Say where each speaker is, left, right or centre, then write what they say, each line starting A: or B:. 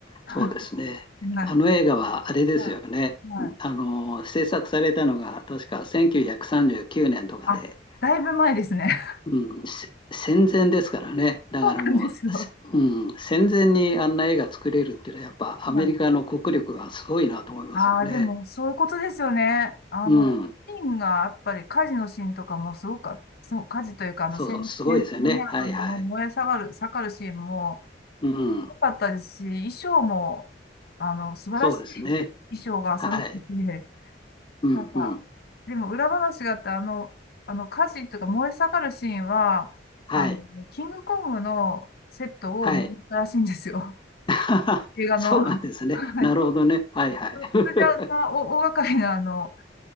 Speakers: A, on the left; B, on the left.
A: <laughs>
B: そうですね。
A: はい。
B: あの映画はあれですよね。
A: はい。はい。
B: あの、制作されたのが確か1939年とかで、
A: あ、だいぶ前ですね。
B: うん、せ戦前ですからね。
A: <laughs>
B: だからもう、
A: そうなんですよ。
B: せうん、戦前にあんな映画作れるっていうのはやっぱアメリカの国力がすごいなと思いますよね。
A: はいああ、でも、そういうことですよね。あの、
B: うん。
A: ピンが、やっぱり火事のシーンとかもすごく、すごく火事というか、あの、
B: そうそう、
A: 戦、
B: すごいですよね。
A: 戦争のね、あとのあの燃え下がる、
B: はいはい。
A: 下がるシーンも
B: うん。
A: 良かったですし、衣装も、あの、素晴らしい
B: そうですね。
A: 衣装が揃ってて、
B: はい。うんうん。
A: なんか、でも裏話があって、あの、あの、火事とか燃え下がるシーンは、
B: はい。
A: あの、キングコングのセットを持ったらしいんですよ。
B: はい。<laughs>
A: 映画の。
B: そうなんですね。
A: <laughs> はい
B: なるほどね。はいはい。
A: それであんな大大掛かりな、
B: <laughs>
A: あの、